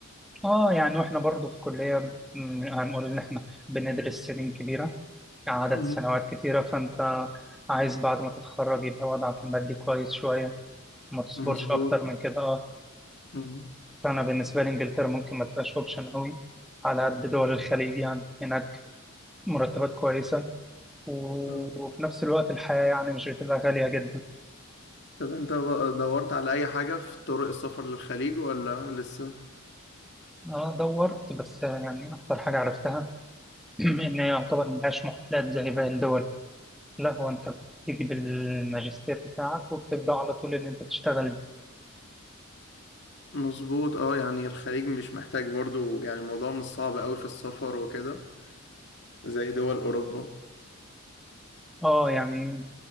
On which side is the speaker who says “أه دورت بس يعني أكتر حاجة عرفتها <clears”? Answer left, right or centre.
Centre